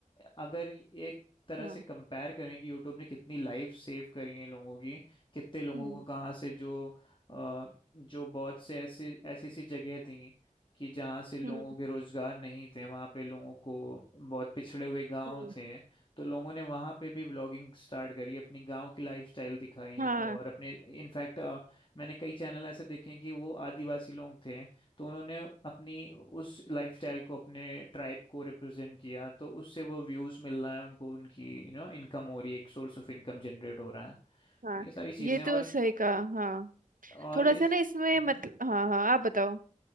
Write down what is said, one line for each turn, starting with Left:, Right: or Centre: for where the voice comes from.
Left: अगर एक तरह
Right: हाँ
Left: से कंपेयर करें कि यूट्यूब ने कितनी लाइफ सेव करी है लोगों की कितने लोगों
Right: हम्म
Left: को कहाँ से जो अ, जो बहुत से ऐसी ऐसी ऐसी जगह थी कि जहाँ से लोगों
Right: हम्म
Left: के रोजगार नहीं थे वहाँ पे लोगों को बहुत पिछड़े हुए गांव
Right: हम्म
Left: थे तो लोगों ने वहाँ पे भी व्लॉगिंग स्टार्ट करी अपनी गांव की लाइफस्टाइल दिखाई
Right: हाँ
Left: और अपने इनफैक्ट मैंने कई चैनल ऐसे देखे हैं कि वो आदिवासी लोग थे तो उन्होंने अपनी उस लाइफस्टाइल को अपने ट्राइब को रिप्रेजेंट किया तो उससे वो व्यूज मिल रहा है उनको उनकी यू नो इनकम हो रही है एक सोर्स ऑफ इनकम जनरेट हो रहा है
Right: हाँ
Left: ये सारी चीजें
Right: ये तो
Left: और
Right: सही कहा हाँ
Left: और
Right: थोड़ा
Left: इस
Right: सा ना इसमें
Left: मम्म।
Right: मतलब हाँ हाँ आप बताओ